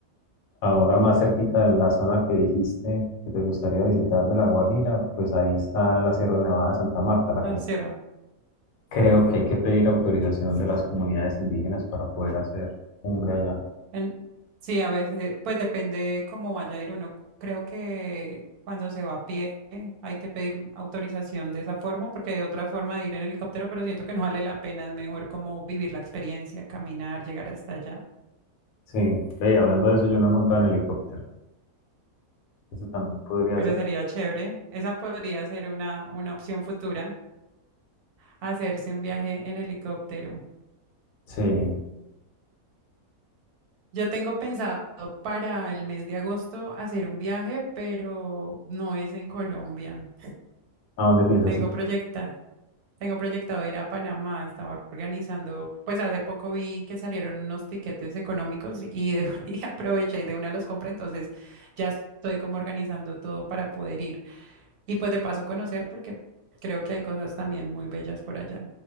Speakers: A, on the left; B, on the right.
A: Ahora más cerquita de la zona que dijiste que te gustaría visitar de La Guajira, pues ahí está la Sierra Nevada de Santa Marta, la
B: Ah,
A: cosa
B: sí, va.
A: creo que hay que pedir autorización de las comunidades indígenas para poder hacer cumbre allá.
B: En- sí, a veces, pues depende cómo vaya a ir uno. Creo que cuando se va a pie hay que pedir autorización de esa forma, porque hay otra forma de ir en helicóptero, pero siento que no vale la pena, es mejor como vivir la experiencia, caminar, llegar hasta allá.
A: Sí, ve, y hablando de eso, yo no he montado en helicóptero. Eso también podría
B: Pero
A: ser.
B: sería chévere. Esa podría ser una, una opción futura, hacerse un viaje en helicóptero.
A: Sí,
B: Yo tengo pensado para el mes de agosto hacer un viaje, pero no es en Colombia.
A: ¿a dónde piensas
B: Tengo
A: ir?
B: proyecta, tengo proyectado ir a Panamá. Estaba organizando, pues hace poco vi que salieron unos tiquetes económicos y, de- <laughs> y aproveché y de una los compré, entonces ya estoy como organizando todo para poder ir. Y pues de paso conocer porque creo que hay cosas también muy bellas por allá.